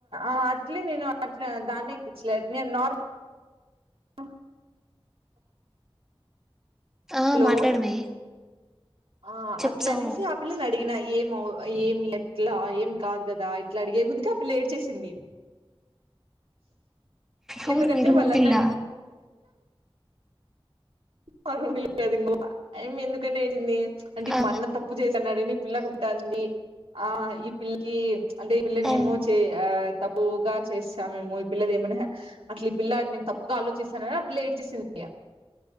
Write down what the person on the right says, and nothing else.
అట్లే నేను అట్లా దాన్నే యెక్కించలేదు నేను నార్మల్ ఆ
హలో
ఆ
అట్లా అనేసి ఆ పిల్ల న అడిగిన ఏము ఏమి ఎట్లా ఏం కాదు గదా ఇట్లా అడిగే గుందుకే ఆ పిల్ల ఏడ్చేసింది
ఎందుకంటే
వాళ్ళ
అన్ననే పరువు <unintelligible> ఆ యమ్మి ఎందుకని ఏడ్చిం ది అంటే
మా అన్న తప్పు జేసా అన్నాడనీ పిల్లకుంటంది ఆ ఈ పిల్లకి అంటే ఈ పిల్లనేమో
చే ఆ తప్పుగా చేసా మేము ఈ పిల్లది ఏమన్నా అట్లా ఈ పిల్ల నేను తప్పుగా ఆలోచిస్తానని ఆ పిల్ల ఏడ్చేసిందిగ